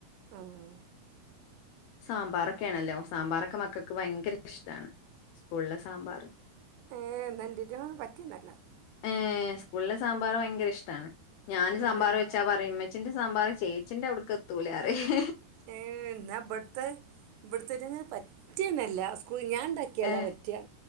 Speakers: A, on the right (about 85°); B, on the left (about 80°).
A: ആഹ്
B: സാമ്പാറൊക്കെയാണല്ലോ സാമ്പാറൊക്കെ മക്കൾക്ക് ഭയങ്കര ഇഷ്ടാണ് സ്കൂളിലെ സാമ്പാർ
A: ഏഹ് എന്നെന്റെക്കും പറ്റുന്നില്ല
B: ഏഹ് സ്കൂളിലെ സാമ്പാർ ഭയങ്കര ഇഷ്ടമാണ് ഞാൻ
A: ഉമ്മച്ചിയോട്
B: സാമ്പാർ വെച്ചാ പറയും ഉമ്മച്ചിന്റെ സാമ്പാറ് ചേച്ചിന്റെ അവിടെക്ക് എത്തൂല പറയും
A: ഏഹ് എന്നാ ഇബുടത്തെ ഇവിടുത്തേരങ്ങ് പറ്റുന്നേല്ല സ്കൂ ഞാൻ ഉണ്ടാ ക്കേല
B: ഏഹ്
A: പറ്റാ